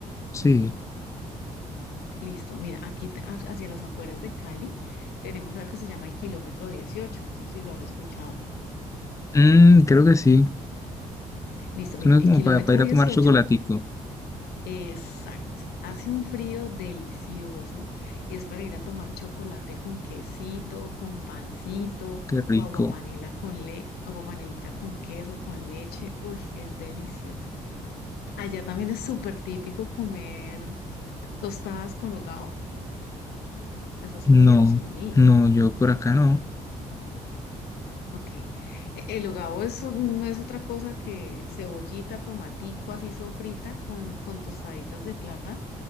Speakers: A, on the left; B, on the left.
A: Sí,
B: Listo, mira, aquí te- ha- hacia las afueras de Cali tenemos algo que se llama el kilómetro dieciocho. no sé si lo has escuchado.
A: Mm, creo que sí,
B: Listo,
A: suena
B: mira, el
A: como
B: kilómetro
A: para, para ir
B: dieciocho.
A: a tomar chocolatico,
B: exacto, hace un frío delicioso y es para ir a tomar chocolate con quesito, con pancito
A: qué rico.
B: o aguapanela con le, aguapanelita con queso, con leche, uy, es delicioso. Allá también es súper típico comer tostadas con hogao, ¿las has comido?
A: No,
B: Sí.
A: no, yo por acá no.
B: Ok. E- El hogao es un- no es otra cosa que cebollita, tomatico así sofrita con, con tostaditas de plátano